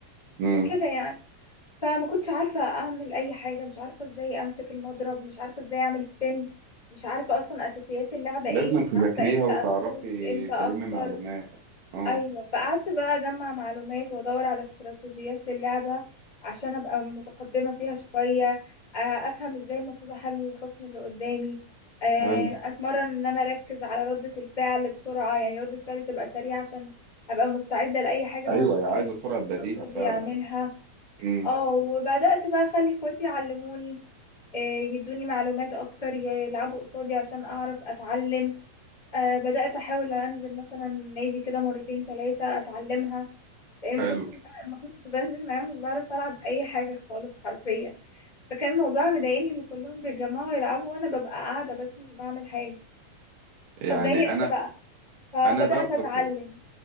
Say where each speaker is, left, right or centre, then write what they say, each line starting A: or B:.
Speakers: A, on the right (about 75°); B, on the left (about 25°).
A: امم
B: وكده يعني فما كنتش عارفة اعمل اي حاجة مش عارفة ازاي امسك المضرب مش عارفة ازاي اعمل سبين مش عارفة اصلا اساسيات اللعبة
A: لازم
B: ايه مش
A: تذاكريها
B: عارفة امتى
A: وتعرفي
B: افوز امتى
A: تلمي
B: اخسر
A: معلومات اه
B: ايوه فقعدت بقى اجمع معلومات وادور على استراتيجيات للعبة عشان ابقى متقدمة فيها شوية آه، افهم ازاي المفروض احلل الخصم اللي قدامي آه،
A: حلو
B: اتمرن ان انا اركز على ردة الفعل بسرعة يعني ردة فعلي تبقى سريعة عشان ابقى مستعدة لاي حاجة
A: ايوه
B: هو ممكن
A: عايزه
B: إن
A: سرعه
B: الخصم
A: بديهه
B: اللي قصادي
A: فعلا
B: يعملها
A: امم
B: اه وبدأت بقى اخلي اخواتي يعلموني آه، يدوني معلومات اكتر يلعبوا قصادي عشان اعرف اتعلم آه، بدأت احاول انزل مثلا نادي كده مرتين تلاتة اتعلمها لان
A: حلو
B: ما كنتش بقى- ما كنت بنزل معاهم مش بعرف العب اي حاجة خالص حرفيا فكان الموضوع مضايقني ان كلهم بيتجمعوا يلعبوا وانا ببقى قاعدة بس مش بعمل حاجة
A: يعني
B: فاتضايقت
A: انا
B: بقى فبدأت
A: انا برضه
B: اتعلم
A: في